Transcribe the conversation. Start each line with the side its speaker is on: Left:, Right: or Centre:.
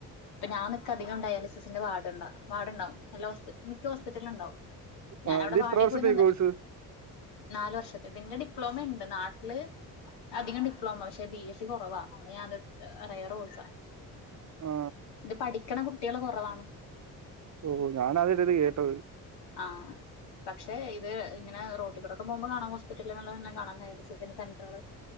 Left: ഇപ്പ ഞാൻ നിക്ക് അധികം ഡയാലിസിന്റെ വാർഡ് ണ്ടാവും എല്ലോസ്പിറ്റ മിക്ക ഹോസ്പിറ്റലും ഉണ്ടാവും ഞാനവിടെ
Right: ആ ഇത്
Left: വാർഡിപോയി
Right: ഇത്ര വർഷത്തെ
Left: ന്നിന്നിട്ട്
Right: കോഴ്സ്
Left: നാല് വർഷത്തെ ഇതിന്റെ ഡിപ്ലോമയി ണ്ട് നാട്ടില് അധികം ഡിപ്ലോമ പക്ഷെ ബി എസ് സി കുറവാ അത്കൊണ്ടാഞാനെടുത്തെ അറേറെ കോഴ്സ
Right: ആ
Left: ഇത് പഠിക്കണ കുട്ടികള് കുറവാണ്
Right: ഓ ഹോഞാനാദ്യായിട്ട ഇത് കേട്ടത്
Left: ആഹ് പക്ഷെ ഇത് ഇങ്ങന റോട്ടിക്കൂടെക്കെ പോകുമ്പോ കാണ ഹോസ്പിറ്റലി ലെ ല്ലാം കാണാം ഡയാലിസി സിൻ്റെസെൻ ട്രുകൾ